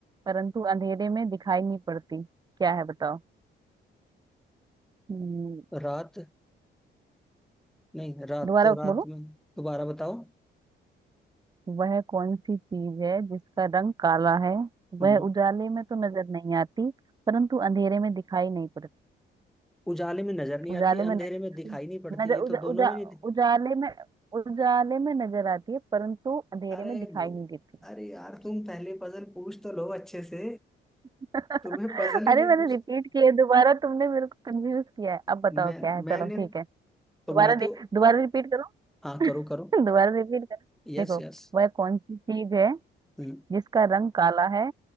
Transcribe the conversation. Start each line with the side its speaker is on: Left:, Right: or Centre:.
Right: परंतु अंधेरे में दिखाई नहीं पड़ती क्या है बताओ हम्म,
Centre: रात नहीं रात
Right: दोबारा
Centre: तो रात
Right: बोलो
Centre: में दोबारा बताओ
Right: वह कौन सी चीज है जिसका रंग काला है
Centre: हम्म
Right: वह उजाले में तो नजर नहीं आती परंतु अंधेरे में दिखाई नहीं पड़ती
Centre: उजाले में नजर नहीं
Right: उजाले
Centre: आती
Right: में
Centre: अंधेरे
Right: नजर
Centre: में दिखाई
Right: आती
Centre: नहीं पड़ती
Right: नजर
Centre: ये
Right: उजा,
Centre: तो दोनों
Right: उजा,
Centre: में नहीं थी
Right: उजाले में उजाले में नजर आती है परंतु अंधेरे
Centre: अरे
Right: में दिखाई
Centre: ब-
Right: नहीं देती
Centre: अरे यार तुम पहले पजल पूछ तो लो अच्छे से
Right: <laughs>
Centre: तुम्हें पजल ही
Right: अरे
Centre: नहीं
Right: मैंने
Centre: पूछ
Right: रिपीट किया है, दोबारा तुमने मेरे को कंफ्यूज किया है अब बताओ
Centre: मैं
Right: क्या है चलो
Centre: मैंने
Right: ठीक है दोबारा
Centre: तो मैं
Right: दे
Centre: तो
Right: दोबारा रिपीट करो
Centre: हाँ
Right: <laughs>
Centre: करो करो
Right: दोबारा रिपीट करो
Centre: Yes
Right: देखो
Centre: yes
Right: वह कौन सी चीज है
Centre: हम्म
Right: जिसका रंग काला है